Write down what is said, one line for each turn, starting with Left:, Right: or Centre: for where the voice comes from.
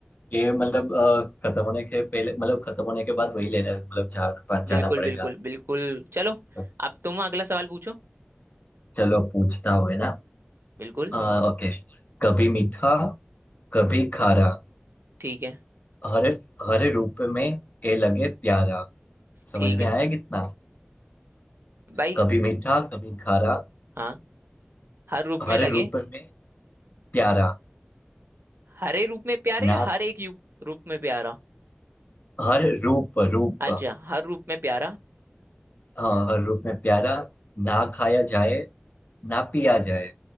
Left: ये मतलब अ, खत्म होने के पहले मतलब खत्म होने के बाद वही लेना है मतलब जाना जाना
Right: बिल्कुल
Left: पड़ेगा
Right: बिल्कुल बिल्कुल चलो
Left: तो
Right: अब तुम अगला सवाल पूछो
Left: चलो पूछता हूँ है ना
Right: बिल्कुल
Left: अ, ओके कभी मीठा कभी खारा
Right: ठीक है
Left: हर हर रूप में ए लगे प्यारा समझ
Right: ठीक
Left: में
Right: है
Left: आया कितना
Right: भाई
Left: कभी मीठा कभी खारा
Right: हाँ हर रूप में
Left: हर
Right: लगे
Left: रूप में प्यारा
Right: हरे रूप में प्यारे
Left: ना
Right: या हर एक यू- रूप में प्यारा
Left: हर रूप रूप
Right: अच्छा हर रूप में प्यारा
Left: हाँ हर रूप में प्यारा ना खाया जाए ना पिया जाए